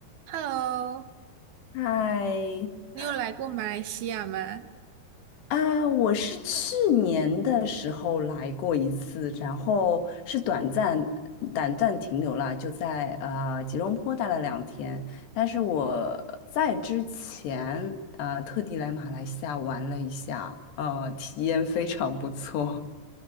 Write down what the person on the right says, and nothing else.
Hello，
你有来过马来西亚吗？